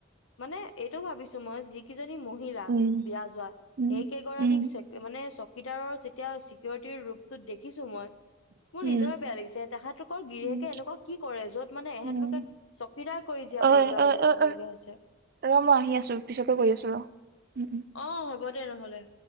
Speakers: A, on the left; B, on the right.
A: মানে এইটো ভাবিছো মই যি কেইজনী মহিলা
B: উম,
A: বিয়া যোৱা
B: উম,
A: সেই কেইগৰাকীক
B: উম,
A: মানে কিটাৰৰ যেতিয়া চিকিউৰিটিৰ ৰূপটোত দেখিছো মই মোৰ
B: উম,
A: নিজৰে বেয়া লাগিছে তেখেতাতোক গিৰিয়েকে
B: উম,
A: এনেকুৱা কি কৰে যত মানে ইহঁত
B: উম।
A: লোকে চকীদাৰ কৰি জীয়াব
B: ঐ
A: লগীয়া
B: ঐ
A: হৈছে,
B: ঐ
A: খাব
B: ঐ
A: লগীয়া হৈছে।
B: ৰ মই আহি আছো পিছকে গৈ কৰি আছো ৰ উ
A: অ হ'ব দে নহ'লে।